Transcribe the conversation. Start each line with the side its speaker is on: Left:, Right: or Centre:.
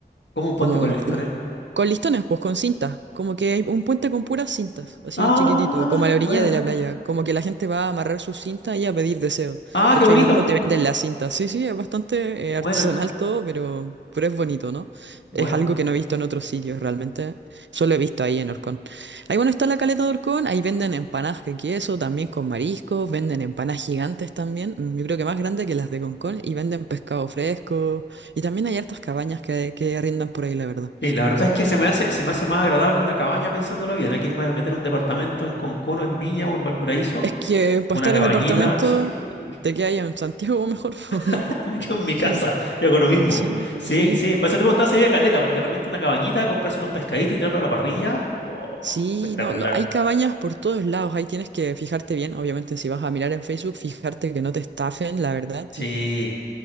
Left: Como un puente
Right: Como
Left: con
Right: un,
Left: listones.
Right: pu- con listones, pues con cintas. Como que hay un puente con puras cintas, así
Left: Ah,
Right: chiquitito, como a la
Left: buena.
Right: orilla de la playa. Como que la gente va a amarrar sus cintas y a pedir deseos.
Left: Ah,
Right: De
Left: qué
Right: hecho,
Left: bonito.
Right: ahí mismo te venden las cintas. Sí, sí, es bastante eh, artesanal
Left: Buena,
Right: todo, pero, pero es bonito, ¿no?
Left: buena.
Right: Es algo que no he visto en otros sitios realmente. Solo he visto ahí en Orcón. Ahí, bueno, está la caleta de Orcón. Ahí venden empanadas de queso, también con mariscos. Venden empanadas gigantes también. mm, Yo creo que más grandes que las de Concón. Y venden pescado fresco. Y también hay hartas cabañas que, que arrendan por ahí, la verdad.
Left: Sí, la verdad es que se me hace, se me hace más agradable una cabaña pensándolo bien. Aquí me voy a meter un departamento en Concono, en Viña o en Valparaíso.
Right: Es que para
Left: Una
Right: estar
Left: cabañita,
Right: en departamento,
Left: sí.
Right: te quedas en Santiago mejor, <laughs> po, ¿no?
Left: <laughs> Me quedo en mi casa
Right: Sí,
Left: y hago lo mismo.
Right: sí, po,
Left: Sí,
Right: sí.
Left: sí.
Right: po.
Left: Por eso te preguntaba si había caleta, porque de repente una cabañita, comprarse unos pescaditos y tirarlo a la parrilla. Wow,
Right: Sí,
Left: espectacular.
Right: no, no, hay cabañas por todos lados, ahí tienes que fijarte bien, obviamente si vas a mirar en Facebook, fijarte que no te estafen, la verdad.
Left: Sí,